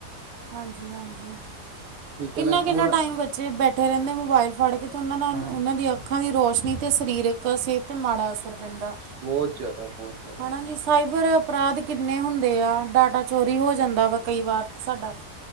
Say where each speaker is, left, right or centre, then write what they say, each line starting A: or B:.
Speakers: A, on the right; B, on the right.
A: ਹਾਂਜੀ -ਹਾਂਜੀ,
B: ਠੀਕ
A: ਕਿੰਨਾ
B: ਹੈ ਨਾ
A: -ਕਿੰਨਾ
B: ਹੁਣ
A: ਟਾਈਮ ਬੱਚੇ ਬੈਠੇ ਰਹਿੰਦੇ ਮੋਬਾਇਲ ਫੜ ਕੇ। ਅਤੇ ਉਹਨਾਂ ਦਾ
B: ਹਾਂਜੀ
A: ਉਹਨਾਂ ਦੀ ਅੱਖਾਂ ਦੀ ਰੋਸ਼ਨੀ ਅਤੇ ਸਰੀਰਕ ਸਿਹਤ 'ਤੇ ਮਾੜਾ ਅਸਰ ਪੈਂਦਾ।
B: ਬਹੁਤ ਜ਼ਿਆਦਾ ਬਹੁਤ ਜ਼ਿਆਦਾ
A: ਹਨਾ ਜੀ, ਸਾਇਬਰ ਅਪਰਾਧ ਕਿੰਨੇ ਹੁੰਦੇ ਆ, ਡਾਟਾ ਚੋਰੀ ਹੋ ਜਾਂਦਾ ਵਾ ਕਈ ਵਾਰ ਤੇ ਸਾਡਾ।